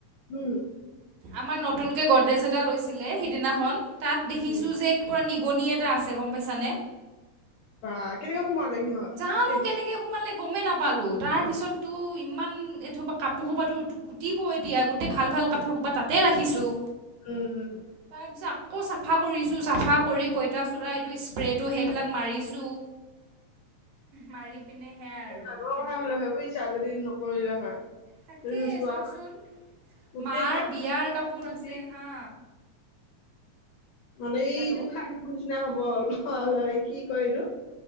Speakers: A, on the left; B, on the right.
A: উম
B: আমাৰ নতুন কে গডৰেজ এটা লৈছিলে, সিদিনাখন তাত দেখিছো
A: উম
B: যে পোৰা নি গনি, এটা আছে গম পাইছানে?
A: বা কেনেকা সোমালে সিহঁত
B: জানো
A: সেই বস্তু
B: কেনেকে সোমালে গমেই নাপালোঁ, তাৰপিছততো ইমান এই কাপোৰ সোপাটো কুটিব এতিয়া, গোটেই ভাল ভাল কাপোৰ সোপা তাতে ৰাখিছোঁ।
A: উম উম
B: তাৰপিছত আকৌ চাফা কৰিছোঁ, চাফা কৰি পইতাচোৰা এইটো স্প্ৰেটো সেইবিলাক মাৰিছোঁ মাৰি পিনে সেয়া আৰু
A: ডাঙৰ
B: সেনেকে
A: কথা হ'লে হয় বুজিছা যদি নকৰিলে হয়।
B: তাকেই
A: ধই নুচোৱা
B: চোৱাচোন।
A: হয় গোটেই
B: মাৰ
A: কাপোৰ
B: বিয়াৰ
A: কিদি
B: আছে হা
A: মানে এইটো
B: হেল্ল'
A: খাৰুৰ নিচিনা হ'ব আৰু। ভল হয় কি কয় এইটো?